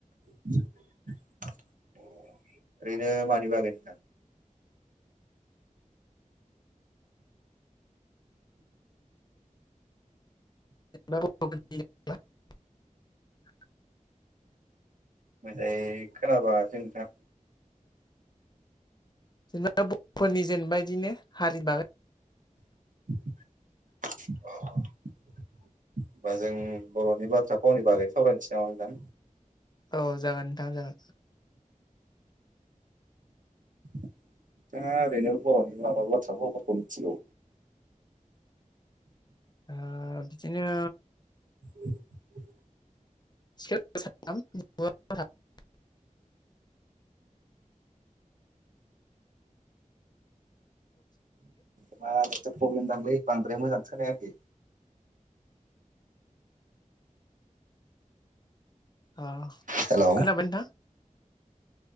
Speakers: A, on the right; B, on the left.
A: अ ओैरैनो मानि बागै नोंथां
B: <unintelligible>
A: मोजाङै खोनाबाङा सै नोंथां
B: जेनेबा बर'फोरनि जेनेबा इदिनो हारि बागै
A: अ होनबा जों बर'नि बाथ्रा फावनि बागै सावरायनोसै नामा नोंथां
B: औ जागोन नोंथां जागोन
A: नोंथांङा ओरैनो बर'नि माबा बाथ्रा फावफोरखौ मिथिगौ
B: आ बिदिनो
A: <unintelligible>
B: <unintelligible>
A: मार एथ' प्रब्लेम दांलै बांद्राय मोजां खोनायाखै
B: अ
A: हेलौ
B: खोनाबाय नोंथां